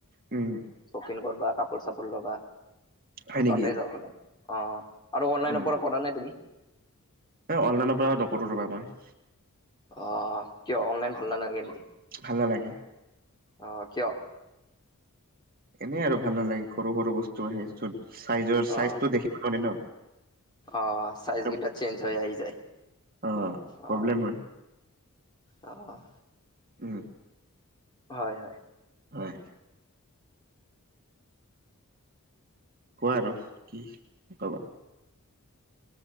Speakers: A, on the right; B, on the left.
A: উম।
B: শ্বপিং কৰিবা কাপোৰ চাপোৰ লৱা।
A: হয় নেকি?
B: তাতে যাওঁ, অ' আৰু অনলাইনৰ
A: অ'
B: পৰা কৰা নাই তুমি?
A: অনলাইনৰ পৰা নকৰো ৰবা মই।
B: অ' কিয় অনলাইন ভাল নালাগে নেকি?
A: ভাল নালাগে।
B: অ' কিয়?
A: এনে আৰু ভাল নালাগে সৰু সৰু বস্তু আহে যত চাইজৰ চাইজটো
B: অ
A: দেখি <unintelligible> ন?
B: অ' চাইজ
A: আৰু
B: কেইটা, চেঞ্জ হৈ আহ যায়
A: অ
B: অ'।
A: প্ৰব্লেম হয়
B: অ'।
A: উম।
B: হয়, হয়।
A: হয়। কোৱা আৰু, কি ক'বা।